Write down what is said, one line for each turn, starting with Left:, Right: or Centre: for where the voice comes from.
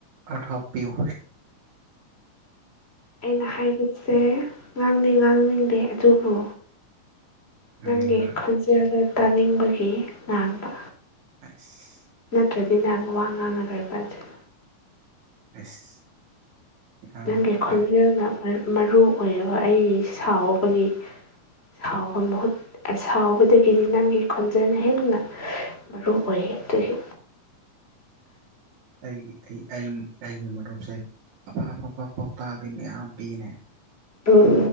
Right: ꯑꯥꯔꯊ ꯄꯤꯌꯨ꯫
Left: ꯑꯩꯅ ꯍꯥꯏꯕꯁꯦ ꯉꯥꯡꯗꯦ ꯉꯥꯡꯅꯤꯡꯗꯦ ꯑꯗꯨꯕꯨ
Right: ꯉꯥꯡꯅꯤꯡꯕ
Left: ꯅꯪꯒꯤ ꯈꯣꯟꯖꯦꯜꯗꯣ ꯇꯥꯅꯤꯡꯕꯒꯤ ꯉꯥꯡꯕ꯫
Right: ꯑꯁ
Left: ꯅꯠꯇ꯭ꯔꯗꯤꯅꯦ ꯋꯥ ꯉꯥꯡꯉꯔꯣꯏꯕ ꯑꯗꯨꯅ
Right: ꯑꯁ ꯌꯥꯝ
Left: ꯅꯪꯒꯤ
Right: ꯑꯐ
Left: ꯈꯣꯟꯖꯦꯜꯅ ꯃꯔ ꯃꯔꯨ ꯑꯣꯏꯔꯕ ꯑꯩꯒꯤ ꯁꯥꯎꯕꯒꯤ ꯁꯥꯎꯕ ꯃꯍꯨꯠ ꯑꯁꯥꯎꯕꯗꯒꯤꯗꯤ ꯅꯪꯒꯤ ꯈꯣꯟꯖꯦꯟꯅ ꯍꯦꯟꯅ ꯃꯔꯨ ꯑꯣꯏꯌꯦ꯫ ꯑꯦ ꯑꯗꯨꯒꯤ
Right: ꯏꯒꯤ ꯑꯩ ꯑꯩ ꯑꯩꯒꯤ ꯃꯔꯨꯞꯁꯦ ꯑꯐ ꯑꯐꯕ ꯄꯥꯎꯇꯥꯛꯗꯤ ꯃꯌꯥꯝ ꯄꯤꯌꯦꯅꯦ꯫
Left: ꯎꯝ